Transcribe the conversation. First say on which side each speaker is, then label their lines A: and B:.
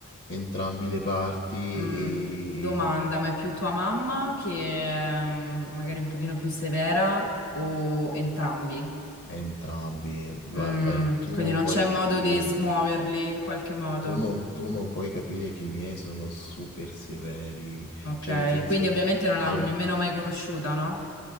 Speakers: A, on the left; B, on the left.
A: entrambi le parti
B: Mm,
A: e
B: domanda, ma è più tua mamma che è mm, magari un pochino più severa o entrambi?
A: entrambi,
B: Mm,
A: va- vai, tu
B: quindi
A: non
B: non
A: puoi
B: c'è modo
A: capire.
B: di smuoverli in qualche modo.
A: Tu non, tu non puoi capire che i miei sono super severi,
B: Ok,
A: cioè nel senso,
B: quindi ovviamente non l'hanno
A: allora,
B: nemmeno mai conosciuta, no?